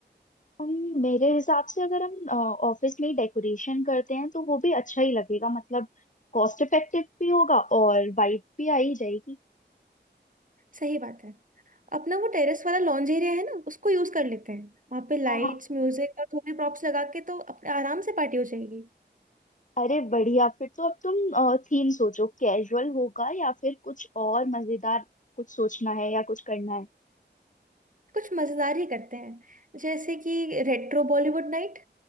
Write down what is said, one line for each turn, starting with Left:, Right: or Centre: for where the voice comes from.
Left: हम मेरे हिसाब से अगर हम ऑफिस में डेकोरेशन करते हैं तो वो भी अच्छा ही लगेगा मतलब कॉस्ट इफेक्टिव भी होगा और वाइब भी आ ही जाएगी
Right: सही बात है अपना वो टेरेस वाला लॉन्ज एरिया है ना उसको यूज कर लेते हैं वहां पे लाइट्स
Left: हाँ हाँ
Right: म्यूजिक और थोड़ी प्रॉप्स लगा के तो अपने आराम से पार्टी हो जाएगी
Left: अरे बढ़िया फिर तो अब तुम थीम सोचो कैजुअल होगा या फिर कुछ और मजेदार कुछ सोचना है या कुछ करना है
Right: कुछ मजेदार ही करते हैं जैसे कि रेट्रो बॉलीवुड नाइट